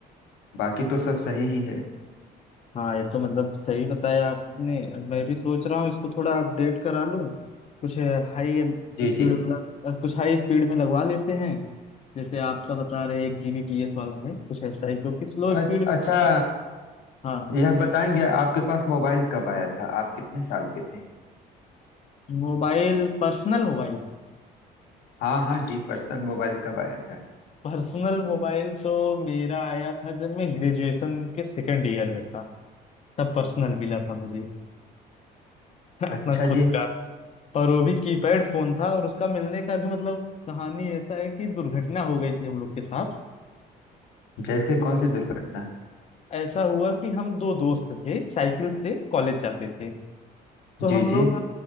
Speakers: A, on the left; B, on the left.
A: बाकी तो सब सही ही है
B: हाँ ये तो मतलब सही बताया आपने अब मैं भी सोच रहा हूँ इसको थोड़ा अपडेट करा लूँ कुछ हाई
A: जी
B: स्पीड
A: जी
B: वाला अ, कुछ हाई स्पीड में लगवा लेते हैं जैसे आपका बता रहे हैं एक जीबी पी एस वाला है कुछ ऐसा ही क्योंकि स्लो
A: अच-
B: स्पीड
A: अच्छा
B: हाँ
A: यह बताएंगे आपके पास मोबाइल कब आया था आप कितने साल के थे
B: Mobile Personal mobile
A: हाँ हाँ जी पर्सनल मोबाइल कब आया था
B: Personal mobile तो मेरा आया था जब मैं ग्रेजुएशन के सेकंड ईयर में था तब पर्सनल मिला था मुझे <laughs> अपना
A: अच्छा
B: खुद
A: जी
B: का और वो भी कीपैड फोन था और उसका मिलने का भी मतलब कहानी ऐसा है कि दुर्घटना हो गई थी हम लोग के साथ
A: जैसे
B: तो
A: कौन सी दुर्घटना
B: ऐसा हुआ कि हम दो दोस्त थे साइकिल से कॉलेज जाते थे तो
A: जी
B: हम
A: जी
B: लोग